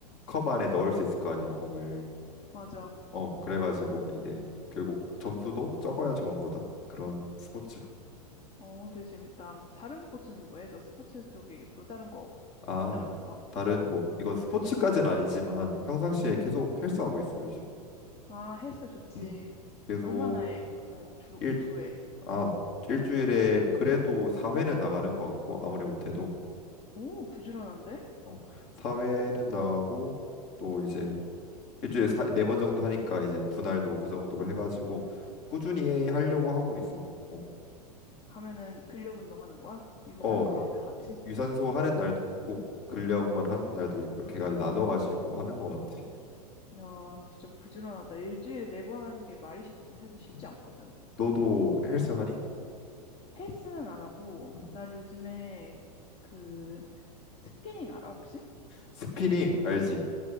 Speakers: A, on the left; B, on the left.
A: 컵 안에 넣을 수 있을 거 아니야, 공을.
B: 맞아.
A: 어, 그래가지고 이게 결국 점수도 적어야 좋은 거다. 그런 스포츠.
B: 어, 되게 재밌다. 다른 스포츠는 뭐해? 너 스포츠 쪽에 또 다른 거
A: 아,
B: 있다 그랬잖아.
A: 다른 뭐 이건 스포츠까지는 아니지만 평상시에
B: 음.
A: 계속 헬스하고 있어, 요즘.
B: 아, 헬스 좋지.
A: 음. 계속
B: 얼마나 해? 어, 주,
A: 일,
B: 주에.
A: 아, 일주일에 그래도 4회는 나가는 것 같고 아무리 못해도
B: 오, 부지런한데?
A: 어, 4회는 나가고 또 이제 일주일에 사 4번 정도 하니까 이제 분할도 그 정도로 해가지고 꾸준히
B: 음.
A: 하려고 하고 있어. 어,
B: 가면은 근력 운동하는 거야? 유산소랑
A: 어,
B: 다 같이?
A: 유- 유산소 하는 날도 있고 근력만
B: 음.
A: 하는 날도 있고 이렇게까지 나눠 가지고 하는 것 같아.
B: 야, 진짜 부지런하다. 일주일에 네 번 하는 게 말이 쉽지, 사실 쉽지
A: 음.
B: 않거든.
A: 너도 헬스 하니?
B: 헬스는 안 하고,
A: 음.
B: 난 요즘에 그 스피닝 알아, 혹시?
A: 스피닝 알지?